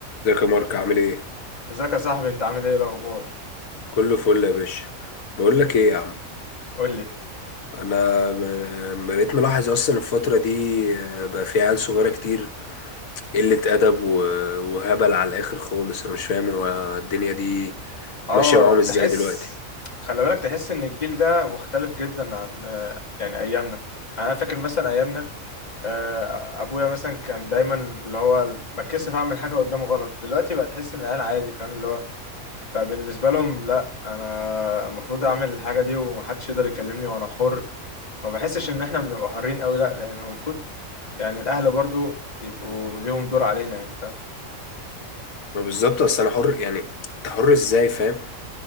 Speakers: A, on the left; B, on the left.
A: ازيك يا مارك عامل ايه
B: ازيك يا صاحبي انت عامل ايه إيه الاخبار
A: كله فل يا باشا بقول لك ايه يا عم
B: قول لي
A: انا م- م- بقيت ملاحظ اصلا الفتره دي آه، بقى في عيال صغيره كتير قله ادب و- وهبل على الاخر خالص انا مش فاهم هو الدنيا دي
B: اه
A: ماشيه معاهم
B: تحس
A: ازاي دلوقتي
B: خلي بالك تحس ان الجيل ده مختلف جدا عن آه، يعني ايامنا يعني انا فاكر مثلا ايامنا آه، ابويا مثلا كان دايما اللي هو بتكسف اعمل حاجه قدامه غلط دلوقتي بقى تحس ان العيال عادي فاهم اللي هو بقى بالنسبه لهم لا انا المفروض اعمل الحاجه دي ومحدش يقدر يكلمني وانا حر ما بحسش ان احنا بنبقى حرين قوي لا لانه المفروض يعني الاهل برضو يبقوا ليهم دور علينا يعني فاهم
A: ما بالظبط اصل انا حر يعني انت حر ازاي فاهم